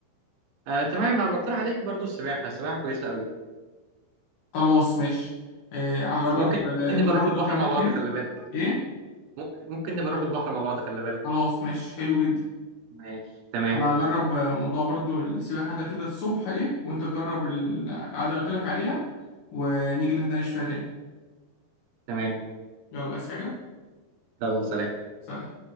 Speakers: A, on the right; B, on the left.
A: آه تمام انا بقترح عليك برضه السباحه السباحه كويسه قوي
B: خلاص ماشي آه، هجرب
A: ممكن
B: آه،
A: نبقى
B: دي برضه
A: نروح البحر
B: اكمل
A: مع بعض
B: فيها
A: خلي بالك
B: ايه
A: ممكن ممكن نبقى نروح البحر مع بعض خلي بالك
B: خلاص ماشي حلو جدا
A: ماشي تمام
B: انا هجرب موضوع برضو السباحة ده كده الصبح ايه وانت جرب ال- العادة اللي قلت لك عليها ونيجي نتناقش فيها تاني
A: تمام
B: يلا عايز حاجة
A: يلا سلام
B: سلام